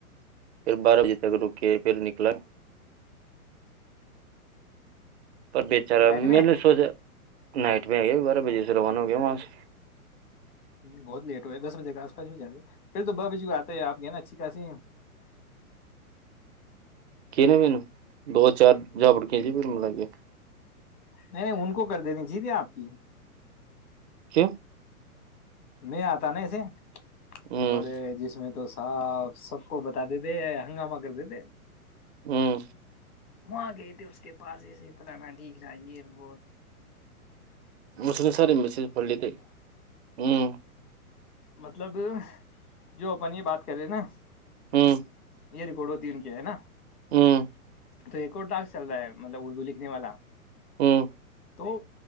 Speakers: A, on the right (about 45°); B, on the left (about 80°).
A: پھر بارہ بجے تک رکے پھر نکلا پر بےچارا
B: نائٹ
A: میر
B: میں
A: نے سوچا نائٹ میں آئی بارہ بجے سے روانہ ہو گیا وہاں سے
B: بہت لیٹ ہوئے ہے دس بجے کے آس پس بھی جا رہے پھر تو بجے کو آتے ہیں آ گئے نا اچھی خاسی
A: کی ن مین دو چار <inaudible> ج بڑکیا جی پھر م لگ گے
B: نہیں نہیں ان کو کر دینی جیت ہے آپ کی
A: کی
B: میں آتا نا ایسے
A: ہ
B: اور یہ جس میں تو پ سب کو بتا دیتے ہنگامہ کر دیتے
A: ہوں
B: وہاں گئے تھے اس کے پاس ایسے پلانا ڈیک رہا یہ ب
A: مس سر مسز پل ت ہوں
B: مطلب جو اپن یہ بات کر رہے ہیں نا
A: ہوں
B: یہ ریکڑ ہوتی کہ ہےا
A: ہاں
B: تو ایک اور داغ چل رہا ہے مطلب اردو لکھنے والا
A: ہوں
B: وہ